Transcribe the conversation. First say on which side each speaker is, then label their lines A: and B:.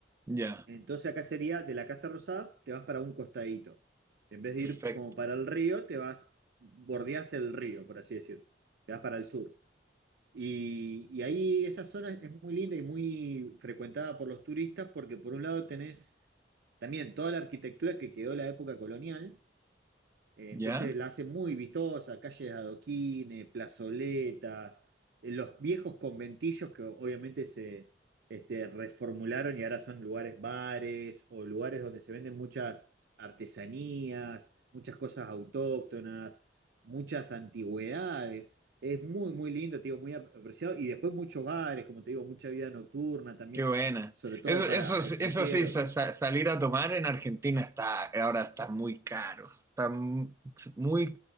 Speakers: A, on the right (about 15°); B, on the right (about 65°).
A: Ya,
B: Entonces acá sería de la Casa Rosada, te vas para un costadito. En vez de
A: perfecto.
B: ir como para el río, te vas, bordeas el río, por así decir. Te vas para el sur. Y, y ahí esa zona es muy linda y muy frecuentada por los turistas porque por un lado tenés también toda la arquitectura que quedó de la época colonial eh,
A: ¿Ya?
B: entonces la hace muy vistosa, calles de adoquines, plazoletas, eh, los viejos conventillos que obviamente se este, reformularon y ahora son lugares bares o lugares donde se venden muchas artesanías, muchas cosas autóctonas, muchas antigüedades. Es muy, muy lindo, te digo, muy apreciado. Y después muchos bares, como te digo, mucha vida nocturna también,
A: Qué buena.
B: sobre todo
A: Eso,
B: para
A: eso,
B: extranjeros.
A: eso sí, sa- sa- salir a tomar en Argentina está, ahora está muy caro. Está m- muy,